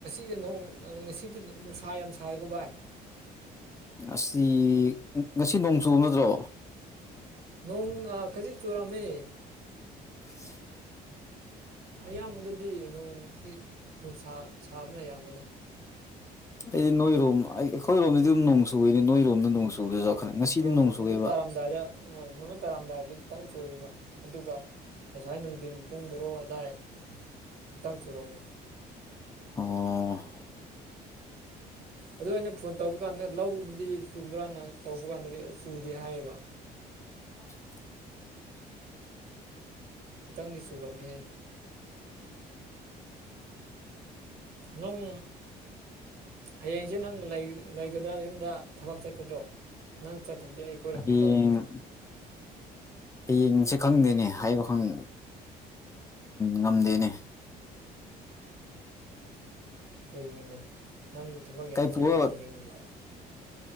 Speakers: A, on the right; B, on the left.
A: ꯁꯤꯗꯤ ꯅꯣꯡ ꯉꯁꯤꯗꯤ ꯅꯨꯡꯁꯥ ꯌꯥꯝ ꯁꯋꯀꯣ ꯚꯥꯏ
B: ꯑꯁꯤ ꯉꯁꯤ ꯅꯣꯡ ꯆꯨꯕ ꯅꯠꯇ꯭ꯔꯣ
A: ꯅꯣꯡ ꯈꯖꯤꯛ ꯆꯨꯔꯝꯃꯦ
B: <inaudible>
A: ꯑꯌꯥꯝꯕꯗꯗꯤ ꯅꯣꯡ ꯅꯨꯡꯁꯥ ꯁꯥꯕꯅ ꯑꯌꯥꯝꯕꯅ
B: ꯑꯩꯗꯤ ꯅꯣꯏꯔꯣꯝ ꯑꯩ ꯑꯩꯈꯣꯏꯔꯣꯝꯗꯗꯤ ꯑꯗꯨꯝ ꯅꯣꯡ ꯆꯨꯏꯦꯅꯦ ꯅꯣꯏꯔꯣꯝꯗ ꯅꯣꯡ ꯆꯨꯕꯗ ꯆꯥꯎꯈꯠꯂꯦ ꯉꯁꯤꯗꯤ
A: ꯑꯣ
B: ꯅꯣꯡ ꯆꯨꯑꯦꯕ
A: ꯅꯨꯃꯤꯠ ꯇꯥꯔꯝꯗꯥꯏꯗ ꯍꯣꯏ ꯅꯨꯃꯤꯠ ꯇꯥꯔꯥꯝꯗꯥꯏꯗꯤ ꯈꯤꯇꯪ ꯆꯨꯔꯤꯕ ꯑꯗꯨꯒ ꯉꯁꯥꯏ ꯅꯨꯡꯊꯤꯟ ꯄꯨꯡ ꯕꯣꯔꯣ ꯑꯗꯥꯏ ꯈꯤꯇꯪ ꯆꯨꯔꯝꯃꯦ
B: ꯑꯣ
A: ꯑꯗꯨ ꯑꯩꯅ ꯐꯣꯟ ꯇꯧꯕ ꯀꯥꯟꯗ ꯂꯧꯗꯨꯗꯤ ꯆꯨꯕ꯭ꯔꯥꯅ ꯇꯧꯕ ꯀꯥꯟꯗꯗꯤ ꯆꯨꯗꯦ ꯍꯥꯏꯌꯦꯕ
B: ꯑꯣ
A: ꯈꯤꯇꯪꯗꯤ ꯆꯨꯔꯝꯃꯤꯑ ꯂꯣꯡ ꯑꯌꯡꯁꯦ ꯅꯪ ꯂꯩ ꯂꯩꯒꯗ꯭ꯔꯥ ꯌꯨꯝꯗ ꯊꯕꯛ ꯆꯠꯀꯗ꯭ꯔꯣ ꯅꯪ ꯆꯠꯇ꯭ꯔꯗꯤ ꯑꯩ ꯀꯣꯏꯔꯛꯀꯦ
B: ꯍꯌꯦꯡ
A: ꯇꯧꯕꯅꯤ
B: ꯍꯌꯦꯡꯁꯦ ꯈꯪꯗꯦꯅꯦ ꯍꯥꯏꯕ ꯈꯪ ꯉꯝꯗꯦꯅꯦ
A: ꯀꯩꯒꯤꯅꯦꯅꯦ ꯅꯪ ꯊꯕꯛ ꯌꯥꯝ
B: ꯀꯩ ꯄꯨꯔ
A: ꯆꯤꯂꯨꯕꯅꯦ ꯌꯨꯝꯒꯤ